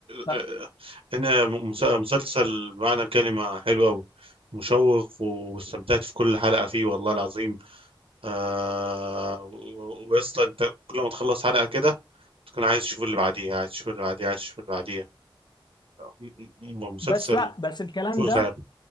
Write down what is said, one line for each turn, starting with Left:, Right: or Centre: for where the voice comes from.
Left: لا
Right: آه، هنا مس- مسلسل بمعنى الكلمة حلو قوي مشوق واستمتعت في كل حلقة فيه والله العظيم آه و- ويا اسطى انت كل ما تخلص حلقة كده تكون عايز تشوف اللي بعديها عايز تشوف اللي بعديها عايز تشوف اللي بعديها م- م- مسلسل
Left: بس لا بس الكلام
Right: فوق
Left: ده
Right: الخيال